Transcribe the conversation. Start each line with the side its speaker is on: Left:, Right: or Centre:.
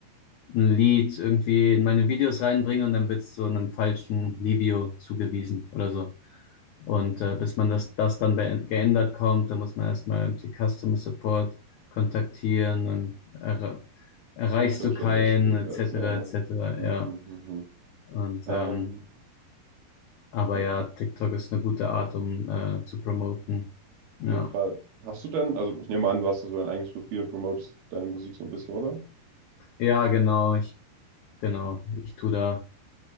Left: ein Lied irgendwie in meine Videos reinbringe und dann wird's so einem falschen Livio zugewiesen oder so. Und äh, bis man das, das dann be- geändert kommt, dann muss man erstmal die Customer Support kontaktieren und erre erreichst
Right: TikTok
Left: du keinen,
Right: schon sehr schwierig
Left: etc.,
Right: alles, ja.
Left: etc.,
Right: Mhm,
Left: ja.
Right: mhm, mhm.
Left: Und,
Right: Ähm,
Left: ähm, aber
Right: ja,
Left: ja, TikTok ist eine gute Art, um äh, zu promoten. Ja,
Right: auf jeden Fall. Hast du denn, also ich nehme an, du hast da so ein eigenes Profil und promotest deine Musik so ein bisschen, oder?
Left: ja, genau, ich, genau, ich tu da.